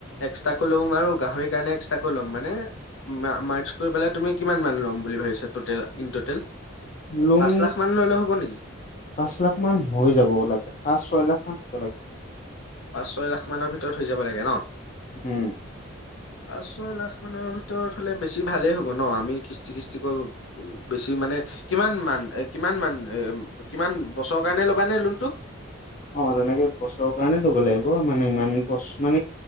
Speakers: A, on the left (about 75°); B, on the left (about 40°).
A: এক্সট্ৰাকৈ ল'ম আৰু গাহৰিৰ কাৰণে এক্সট্ৰা লম মানে মাৰ্কচকৈ পেলাই তুমি কিমান মান ল'ম বুলি ভাবিছা ইন টোটেল?
B: লোন
A: পাঁচ লাখ মান ললে হ'ব নেকি?
B: পাঁচ লাখ মান হৈ যাব লাগে, পাঁচ-ছয় লাখ মান হ'ব লাগে।
A: পাঁচ- ছয় লাখ মানৰ ভিতৰত হৈ যাব লাগে ন?
B: উম,
A: পাঁচ -ছয় লাখ মানৰ ভিতৰত হলে বেছি ভালেই হ'ব ব ন, আমি কিস্তি কিস্তিকৈ, বেছি মানে কিমানমান কিমান মান এ <unintelligible> বছৰৰ কাৰণে ল'বা নে লোনটো?
B: অ', তেনেকে বছৰৰ কাৰণে ল'ব লাগিব মানে ইমান বছ মান